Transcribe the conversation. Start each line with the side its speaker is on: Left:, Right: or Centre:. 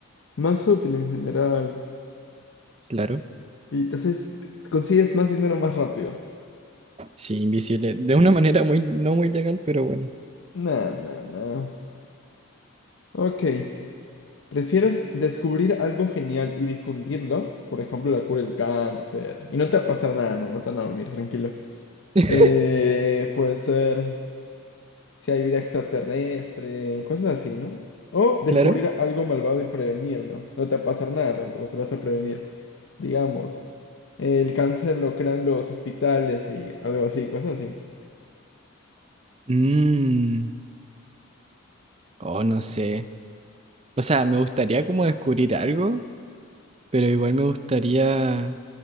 Left: Más útil en general.
Right: Claro,
Left: Y entonces consigues más dinero más rápido.
Right: sí, invisible. De una manera muy, no muy legal, pero bueno.
Left: Nah, nah, nah. Ok. ¿Prefieres descubrir algo genial y difundirlo? Por ejemplo, la cura del cáncer. Y no te va a pasar nada, no, no te van a dormir, tranquilo.
Right: <laughs>
Left: Eh, puede ser si hay vida extraterrestre, cosas así, ¿no? O descubrir
Right: Claro.
Left: algo malvado y prevenirlo. No te va a pasar nada tampoco, se lo vas a prevenir. Digamos, el cáncer lo crean los hospitales y algo así, cosas así.
Right: Mmm. Oh, no sé. O sea, me gustaría como descubrir algo, pero igual me gustaría